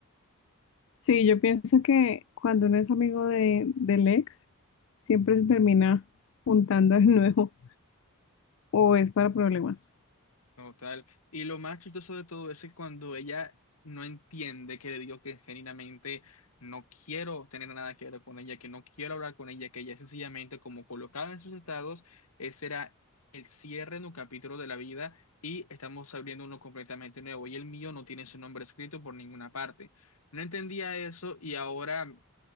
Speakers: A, on the left (about 60°); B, on the left (about 85°).
A: Sí, yo pienso que cuando uno es amigo de, del ex, siempre se termina juntando de <laughs> nuevo o es para problemas.
B: Total. Y lo más chistoso de todo eso es cuando ella no entiende que le digo que genuinamente no quiero tener nada que ver con ella, que no quiero hablar con ella, que ella sencillamente como colocaba en sus estados, ese era el cierre de un capítulo de la vida y estamos abriendo uno completamente nuevo y el mío no tiene su nombre escrito por ninguna parte. No entendía eso y ahora